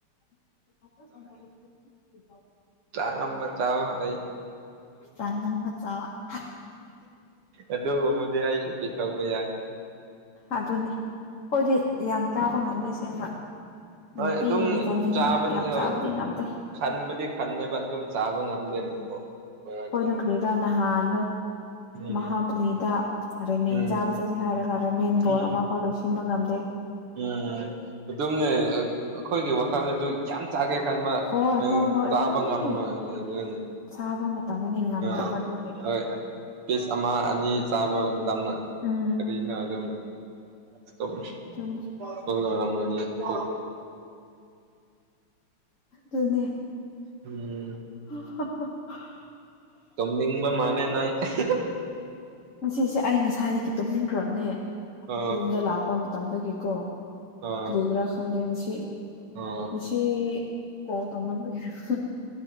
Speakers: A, on the left (about 40°); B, on the right (about 80°).
A: <unintelligible>
B: ꯆꯥꯛ ꯑꯃ ꯆꯥꯎ ꯑꯩ
A: ꯆꯥꯡꯉꯝꯃ ꯆꯥꯎ <unintelligible>
B: ꯑꯗꯨꯒꯕꯨꯗꯤ ꯑꯩ <unintelligible> ꯌꯥꯏ
A: ꯑꯗꯨꯅꯤ ꯑꯈꯣꯏꯗꯤ ꯌꯥꯝ ꯆꯥꯕ ꯉꯝꯗꯦ ꯑꯁꯦꯡꯕ ꯅꯨꯡꯇꯤꯒꯤ
B: ꯍꯣꯏ ꯑꯗꯨꯝ
A: ꯆꯥꯅꯤꯡꯕ
B: ꯆꯥꯕꯗꯤ
A: ꯌꯥꯝ
B: ꯍꯣꯏ
A: ꯆꯥꯕꯗꯤ ꯉꯝꯗꯦ
B: ꯈꯟꯕꯗꯤ ꯈꯟꯅꯦꯕ ꯑꯗꯨꯝ ꯆꯥꯕ ꯉꯝꯗꯦ ꯎꯝ
A: ꯍꯣꯏꯗ ꯀꯔꯤꯔꯥ ꯅꯍꯥꯟꯗꯣ
B: ꯎꯝ
A: ꯃꯍꯥꯕꯂꯤꯗ ꯑꯔꯦ ꯃꯦꯟ
B: ꯎꯝ
A: ꯆꯥꯕ ꯆꯠꯁꯦ ꯍꯥꯏꯔꯒ ꯔꯦꯃꯦꯟ ꯕꯣꯔ
B: ꯎꯝ
A: ꯑꯃꯐꯥꯎ ꯂꯣꯏꯁꯤꯟꯕ ꯉꯝꯗꯦ
B: ꯎꯝꯝ ꯑꯗꯨꯝꯅꯦ ꯑꯩꯈꯣꯏꯒꯤ ꯋꯥꯈꯜꯗꯁꯨ ꯌꯥꯝ ꯆꯥꯒꯦ ꯈꯟꯕ
A: ꯍꯣꯏ ꯍꯣꯏ ꯍꯣꯏ
B: ꯆꯥꯕꯉꯝꯔꯣꯏ
A: ꯑꯗꯨꯅꯦ
B: <unintelligible>
A: ꯁꯥꯕ ꯃꯇꯝꯗꯗꯤ ꯉꯝꯗꯕ
B: ꯑ
A: ꯑꯗꯨꯒꯤ
B: ꯍꯣꯏ ꯄꯤꯁ ꯑꯃ ꯑꯅꯤ ꯆꯥꯕ ꯃꯇꯝꯗ
A: ꯎꯝ
B: ꯀꯔꯤꯅꯣ ꯑꯗꯨꯝ <unintelligible>
A: ꯑꯗꯨꯅꯦ ꯇꯨꯅꯦ
B: ꯎꯝ
A: <unintelligible>
B: ꯇꯝ ꯅꯤꯡꯕ ꯃꯥꯜꯂꯦ ꯅꯪ <unintelligible>
A: ꯁꯤꯁꯦ ꯑꯩ ꯉꯁꯥꯏꯗꯒꯤ ꯇꯨꯝꯅꯤꯡꯈ꯭ꯔꯕꯅꯦ
B: ꯑ
A: ꯌꯨꯝꯗ ꯂꯥꯛꯄ ꯃꯇꯝꯗꯒꯤꯀꯣ
B: ꯑ
A: ꯀꯔꯤꯒꯤꯔ ꯈꯪꯗꯦ ꯃꯁꯤ
B: ꯑ
A: ꯉꯁꯤ ꯀꯣꯜ ꯇꯧꯃꯟꯕꯒꯤꯔꯥ ꯈꯪ <unintelligible>